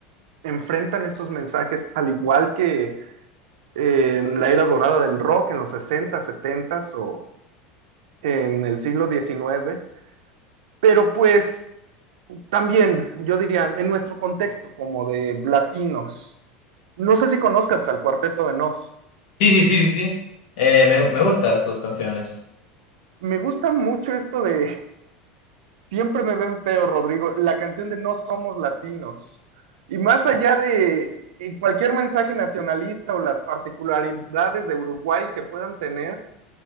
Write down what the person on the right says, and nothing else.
enfrentan estos mensajes al igual que eh, en la era dorada del rock en los 60, 70 o en el siglo XIX. Pero pues también, yo diría, en nuestro contexto como de latinos. No sé si conozcas al Cuarteto de Nos.
Me gusta mucho esto de Siempre me ven feo, Rodrigo, la canción de No somos latinos. Y más allá de eh, cualquier mensaje nacionalista o las particularidades de Uruguay que puedan tener,